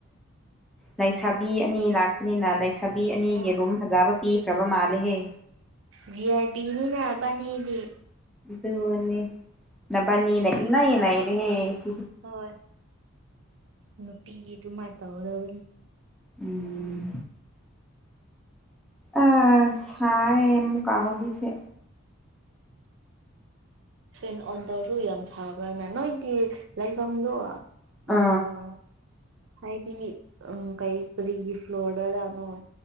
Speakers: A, in the centre; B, on the right (about 60°).
A: ꯂꯩꯁꯥꯕꯤ ꯑꯅꯤ ꯂꯥꯛꯄꯅꯤꯅ ꯂꯩꯁꯥꯕꯤ ꯑꯅꯤꯒꯤ
B: ꯍꯣꯏ
A: ꯑꯗꯨꯨꯝ ꯐꯖꯕ ꯄꯤ ꯀ꯭ꯔꯃ ꯃꯥꯂꯍꯦ
B: ꯚ ꯑꯥꯏ ꯄꯤꯅꯤꯅꯕꯅꯤꯗꯤ
A: ꯑꯗꯨꯅꯦ ꯅꯕꯅꯤꯅ ꯏꯅꯥ ꯌꯦꯅꯏ ꯔꯦꯁ
B: ꯍꯣꯏ ꯅꯨꯄꯤꯗꯤ ꯑꯗꯨꯃꯥꯏꯅ ꯇꯧꯔꯒꯅꯤ
A: ꯎꯝ ꯑ ꯁꯥꯏ ꯀꯥꯒ ꯐꯁꯦ
B: ꯐꯦꯟ ꯑꯣꯟ ꯇꯧꯔꯁꯨ ꯌꯥꯝ ꯁꯥꯕ꯭ꯔꯅ ꯅꯣꯏꯒꯤ ꯂꯥꯏꯐꯝꯗꯨꯣ
A: ꯑ
B: ꯑꯣ ꯍꯥꯏꯗꯤ ꯎꯝ ꯀꯩ ꯀꯗꯤ ꯐ꯭ꯂꯣꯗꯔꯅꯦ